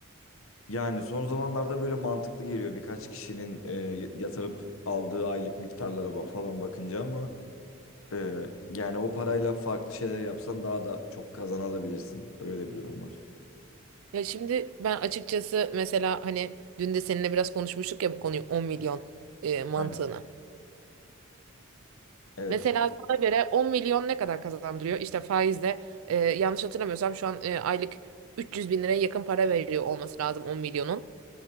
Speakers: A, on the left; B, on the right.
A: yani son zamanlarda böyle mantıklı geliyor birkaç kişinin e, yatırıp aldığı aylık miktarlara ba- falan bakınca ama e, yani o parayla farklı şeyler yapsan daha da çok kazanabilirsin. Öyle de bir durum var.
B: Ya şimdi ben açıkçası mesela hani dün de seninle biraz konuşmuştuk ya bu konuyu 10 milyon e, mantığını.
A: Aynen. Evet.
B: Mesela sana göre 10 milyon ne kadar kazandırıyor? İşte faizle e, yanlış hatırlamıyorsam şu an e, aylık 300 bin liraya yakın para veriyor olması lazım 10 milyonun.